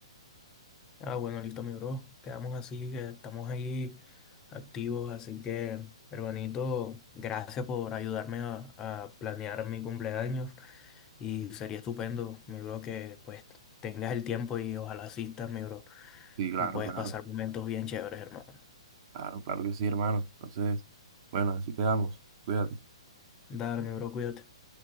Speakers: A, on the left; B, on the right.
A: Ah, bueno, listo, mi bro. Quedamos así, que estamos ahí activos, así que, hermanito, gracias por ayudarme a, a planear mi cumpleaños y sería estupendo, mi bro, que pues tengas el tiempo y ojalá asistas, mi bro,
B: Sí, claro,
A: y puedes
B: claro.
A: pasar momentos bien chéveres, hermano.
B: Claro, claro que sí, hermano. Entonces, bueno, así quedamos. Cuídate.
A: Dale, mi bro, cuídate.